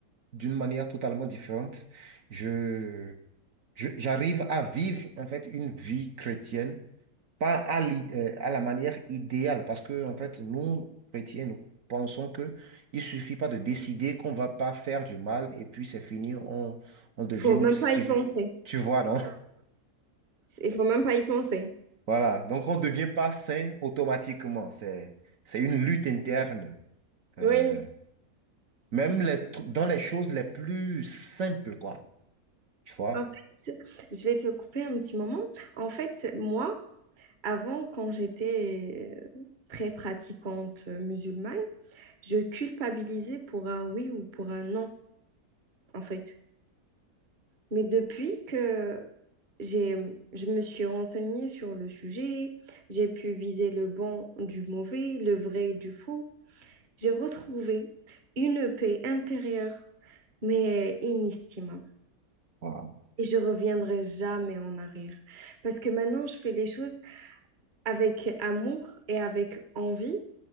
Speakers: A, on the right; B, on the right.
A: d'une manière totalement différente. Je, je- j'arrive à vivre, en fait, une vie chrétienne, pas à, l'i- euh, à la manière idéale, parce que, en fait, nous, chrétiens, nous pensons que il suffit pas de décider qu'on va pas faire du mal, et puis c'est fini, on, on devient
B: Il faut
A: une,
B: même pas y
A: une-
B: penser.
A: Tu vois, non?
B: Il faut même pas y penser.
A: Voilà, donc on ne devient pas sain automatiquement. C'est, c'est une lutte interne. Euh,
B: Oui.
A: même les tr- dans les choses les plus simples, quoi. Tu vois?
B: En fait, je vais te couper un petit moment. En fait, moi, avant, quand j'étais euh, très pratiquante musulmane, je culpabilisais pour un oui ou pour un non, en fait. Mais depuis que j'ai, je me suis renseignée sur le sujet, j'ai pu viser le bon du mauvais, le vrai du faux, j'ai retrouvé une paix intérieure, mais inestimable.
A: Voilà.
B: Et je reviendrai jamais en arrière. Parce que maintenant, je fais les choses avec amour et avec envie